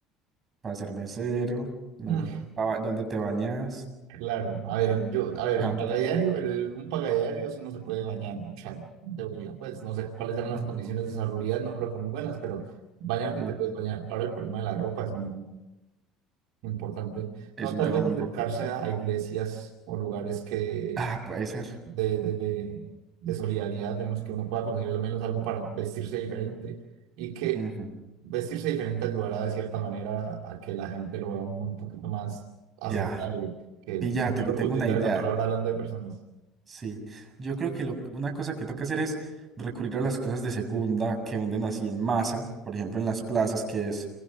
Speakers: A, on the right; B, on the right.
A: para ser mesero, no,
B: Mm,
A: pa ba- dónde te bañas,
B: Claro, a ver, yo, a ver,
A: shampoo.
B: el pagadiario, el, un pagadiario no se puede bañar, mucha teoría, pues no sé cuáles eran
A: Ujú,
B: las condiciones de salubridad, no creo que muy buenas, pero bañarte
A: ajá.
B: te puedes bañar. Ahora el problema de la ropa es muy, muy importante.
A: Es
B: No,
A: un
B: tal
A: tema
B: vez
A: muy
B: acercarse
A: importante.
B: a, a iglesias o lugares que
A: Ah, puede ser.
B: de, de, de, de solidaridad en los que uno pueda conseguir al menos algo para vestirse diferente y que
A: Ujú.
B: vestirse diferente ayudará de cierta manera a que la gente lo vea un, un poquito más aceptable,
A: Ya,
B: que
A: pilla,
B: no
A: te
B: tengo
A: tengo
B: utilizar
A: una idea.
B: esa palabra hablando de personas.
A: Sí, yo creo que lo- una cosa que toca hacer es recurrir a las cosas de segunda que venden así en masa, por ejemplo en las plazas, que es